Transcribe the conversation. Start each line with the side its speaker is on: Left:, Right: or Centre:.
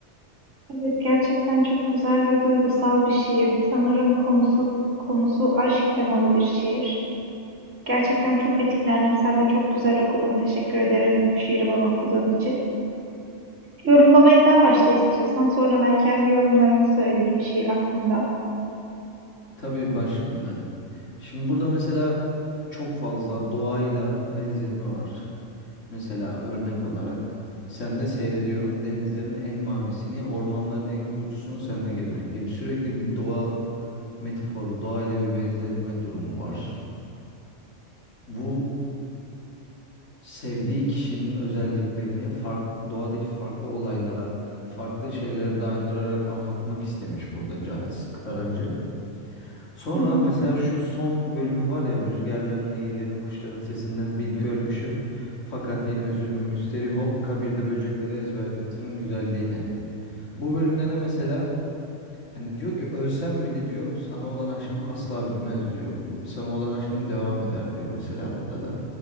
Right: Evet gerçekten çok güzel ve duygusal bir şiirdi. Sanırım konusu konusu aşk temalı bir şiir. Gerçekten çok etkilendim. Sen de çok güzel okudun. Teşekkür ederim bu şiiri bana okuduğun için. Yorumlamayı sen başta istiyorsan sonra ben kendi yorumlarımı söyleyeyim şiir hakkında.
Left: Tabii başlayayım ben. Şimdi burada mesela çok fazla doğayla benzetme var. Mesela örnek olarak sen de seyrediyorum denizlerin en mavisini, ormanların en kuytusunu seninle gezmekteyim. Sürekli bir doğa metaforu, doğayla bir benzetme durumu var. Bu sevdiği kişinin özelliklerini fark, doğadaki farklı olaylara, farklı şeylere dayandırarak anlatmak istemiş burada Cahit Kıtarancı. Sonra
Right: Hı hı.
Left: mesela şu son bölümü var ya rüzgarların, nehirlerin, kuşların sesinden bil ki ölmüşüm. Fakat yine üzülme müsterih ol kabirde böceklere ezberletirim güzelliğini. Bu bölümde de mesela hani diyor ki ölsem bile diyor sana olan aşkım asla bitmez diyor. Bu- Sana olan aşkım devam eder diyor mesela burada da.